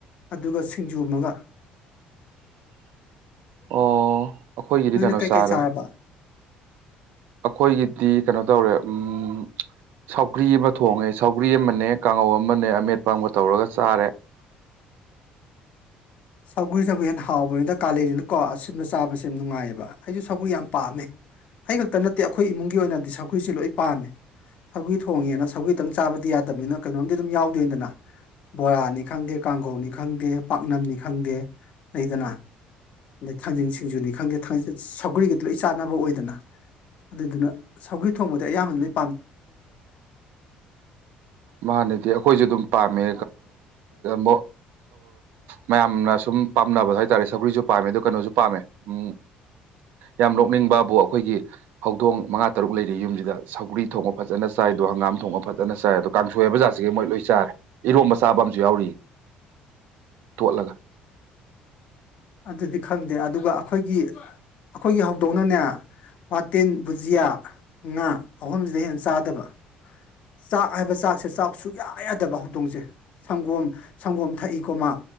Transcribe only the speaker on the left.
ꯑꯗꯨꯒ ꯁꯤꯡꯖꯨꯃꯒ
ꯅꯣꯏꯅ
ꯀꯩꯀꯩ
ꯆꯥꯔꯕ
ꯁꯧꯒ꯭ꯔꯤꯁꯤꯅꯕꯨ ꯍꯦꯟꯅ ꯍꯥꯎꯕꯅꯤꯗ ꯀꯥꯂꯦꯅꯤꯅꯀꯣ ꯑꯁꯤꯟꯕ ꯆꯥꯕꯁꯦ ꯌꯥꯝ ꯅꯨꯡꯉꯥꯏꯌꯦꯕ ꯑꯩꯁꯨ ꯁꯧꯒ꯭ꯔꯤ ꯌꯥꯝ ꯄꯥꯝꯃꯦ ꯑꯩ ꯈꯛꯇ ꯅꯠꯇꯦ ꯑꯩꯈꯣꯏ ꯏꯃꯨꯡꯒꯤ ꯑꯣꯏꯅꯗꯤ ꯁꯧꯒ꯭ꯔꯤꯁꯦ ꯂꯣꯏ ꯄꯥꯝꯃꯦ ꯁꯧꯒꯤ ꯊꯣꯡꯉꯦꯅ ꯁꯧꯒꯤꯗꯪ ꯆꯥꯕꯗꯤ ꯌꯥꯗꯕꯅꯤꯅ ꯀꯩꯅꯣꯝꯗꯤ ꯑꯗꯨꯝ ꯌꯥꯎꯗꯣꯏꯅꯤꯗꯅ ꯕꯣꯔꯥꯅꯤ ꯈꯪꯗꯦ ꯀꯥꯡꯈꯧꯅꯤ ꯈꯪꯗꯦ ꯄꯥꯛꯅꯝꯅꯤ ꯈꯪꯗꯦ ꯂꯩꯗꯅ ꯑꯗꯩ ꯊꯥꯡꯖꯟ ꯁꯤꯡꯖꯨꯅꯤ ꯈꯪꯗꯦ ꯁꯧꯒꯔꯤꯒꯗꯤ ꯂꯣꯏ ꯆꯥꯟꯅꯕ ꯑꯣꯏꯗꯅ ꯑꯗꯨꯗꯨꯅ ꯁꯧꯒꯤ ꯊꯣꯡꯕꯗꯤ ꯑꯌꯥꯝꯕꯅ ꯂꯩ
ꯑꯗꯨꯗꯤ ꯈꯪꯗꯦ ꯑꯗꯨꯒ ꯑꯩꯈꯣꯏꯒꯤ ꯑꯩꯈꯣꯏꯒꯤ ꯍꯧꯗꯧꯅꯅꯦ ꯋꯥꯇꯤꯟ ꯕꯨꯖꯤꯌꯥ ꯉꯥ ꯑꯍꯨꯝꯁꯤꯗ ꯍꯦꯟꯅ ꯆꯥꯗꯕ ꯆꯥꯛ ꯍꯥꯏꯕ ꯆꯥꯛꯁꯦ ꯆꯥꯛ ꯁꯨꯛꯌꯥ ꯌꯥꯗꯕ ꯍꯧꯗꯣꯡꯁꯦ ꯁꯪꯒꯣꯝ ꯁꯪꯒꯣꯝ ꯊꯛꯏꯀꯣ ꯃꯥ